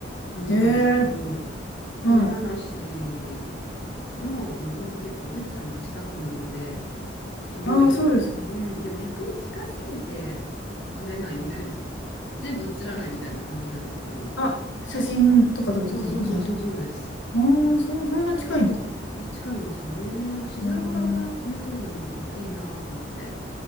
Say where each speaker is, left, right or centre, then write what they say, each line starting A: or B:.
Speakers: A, on the left; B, on the left.
A: 感じなんですけど、
B: へえ
A: 山梨
B: ー、はい。
A: の、あの、本当結構富士山の近くなので、すごい、
B: ああ、そうですね。
A: うん、でも逆に近すぎて撮れないみたいな、<laughs> 全部映らないみたいな感じなんですけど、
B: あ、写真とか撮るときにいいと、
A: そうそうそうそうそうです。
B: ああ、そ、そんな近いんですね。
A: そう、近いんですよね。なんか静岡側からね、
B: うん
A: 撮るのもまたいいなと思って。